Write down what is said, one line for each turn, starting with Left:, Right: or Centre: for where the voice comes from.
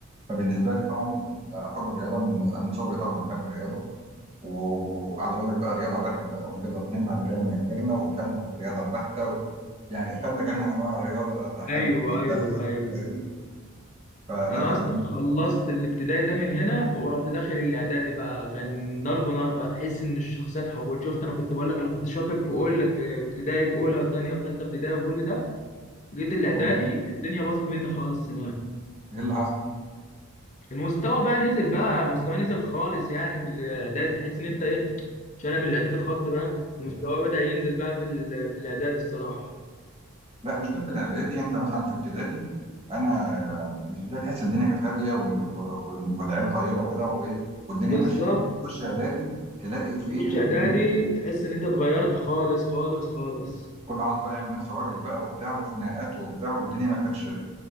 Right: فبالنسبه لي طبعا كنت حب الرياضه من لا، من صغري طبعا بحب الرياضه و- وعاوز اقول لك بقى رياضه واحد بقى ورياضه اتنين بعد كده لما كبرنا ودخلنا في الرياضه البحته و... يعني خدنا جميع انواع الرياضه لحد
Left: أيوه
Right: هندسه
Left: أيوه
Right: يعني
Left: أيوه
Right: فاهمني فلا
Left: أنا
Right: كانت
Left: أصلا
Right: جميله
Left: خلصت الابتدائي ده من هنا ورحت داخل الإعدادي بقى كان ضرب نار بقى تحس إن الشخصية اتحولت شفت أنا كنت بقول لك أنا كنت شاطر في أول في ابتدائي في أولى وتانية وتالتة ابتدائي وكل ده جيت الإعدادي
Right: أهو.
Left: الدنيا باظت مني خالص هناك
Right: ايه اللي حصل؟
Left: المستوى بقى نزل بقى مستوى نزل خالص يعني في الاعداد تحس ان انت ايه شنب الاعداد الخط بقى ومستواه بدأ ينزل بقى في ال- في الاعداد الصراحه
Right: لا مشكله الاعدادي يعني انت مثلا في ابتدائي انا مش ابتدائي تحس الدنيا كانت هاديه وال- وال- والعيال طيبه كده وايه والدنيا
Left: بالظبط
Right: ماشيه تخش اعدادي تلاقي فيه
Left: تخش اعدادي
Right: كميه
Left: تحس ان انت اتغيرت خالص خالص خالص
Right: كل عاوز بقى يعمل نفسه راجل بقى وبتاع وخناقات وبتاع والدنيا ما كانتش